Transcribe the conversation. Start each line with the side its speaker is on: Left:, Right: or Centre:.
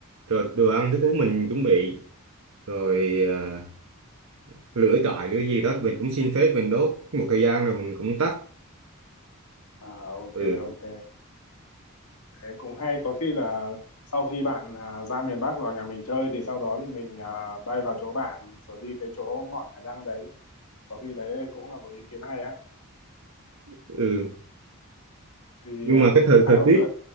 Right: rồi đồ ăn thức uống mình chuẩn bị rồi à, lửa trại lửa gì đó thì mình cũng xin phép mình đốt một thời gian rồi mình cũng tắt
Left: À ok
Right: ừ
Left: ok thế cũng hay có khi là sau khi bạn à, ra miền Bắc vào nhà mình chơi thì sau đó thì mình à, bay vào chỗ bạn rồi đi cái chỗ ngọn hải đăng đấy có khi đấy cũng là một ý kiến hay á
Right: ừ
Left: thì
Right: nhưng
Left: à,
Right: mà
Left: một
Right: cái thời
Left: vài
Right: thời
Left: hôm
Right: tiết
Left: nữa